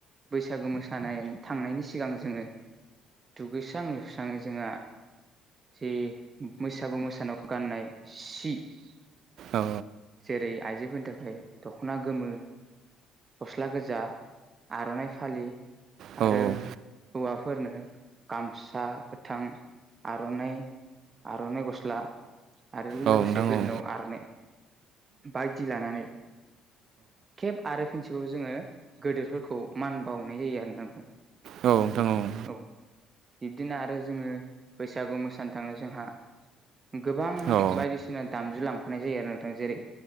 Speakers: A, on the right; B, on the right.
A: बैसागु मोसानाय थांनायनि सिगां जोङो दुगैस्रां लोबस्रां थाङो जोंहा जे बैसागु मोसानायाव गाननाय सि
B: औ
A: जेरै आइजोफोरनि थाखाय दख'ना गोमो गस्ला गोजा आर'नाइ फालि
B: औ
A: आरो
B: औ।
A: हौवाफोरनो गामसा गोथां आर'नाइ आर'नाइ ग'स्ला आरो
B: औ
A: लोगोसे
B: नंगौ
A: गोदनायाव आर'नाइ बायदि लानानै केेब आरो फिनसेबाव जोङो गोदेरफोरखौ मान बाउनाय जायो आरोना नोंथां।
B: नोंथां नंगौ
A: औ बिब्दिनो आरो जोङो बैसागु मोसानो थांनो जोंहा गोबां
B: औ नोंथां औ नोंथां औ उम औ नोंथां औ
A: बायदिसिना दामजु लांफानाय जायो आरोना। जेरै